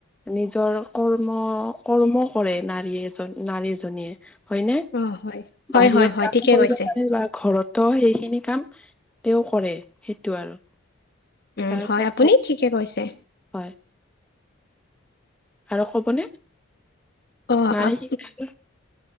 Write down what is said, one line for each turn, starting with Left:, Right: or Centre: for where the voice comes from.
Centre: নিজৰ কৰ্ম কৰ্ম কৰে নাৰীয়ে। নাৰীজনীয়ে। হয়নে
Left: অ হয় হয়
Centre: বাহিৰত
Left: হয় হয়
Centre: কাম
Left: ঠিকে
Centre: কৰিব
Left: কৈছে
Centre: পাৰে বা ঘৰতো সেই কাম তেওঁ কৰে সেইটো আৰু।
Left: ওম
Centre: তাৰ
Left: হয়
Centre: পাছত
Left: আপুনি ঠিকে কৈছে।
Centre: হয় আৰু ক'বনে?
Left: অ
Centre: নাৰী
Left: আপ
Centre: শিক্ষাৰ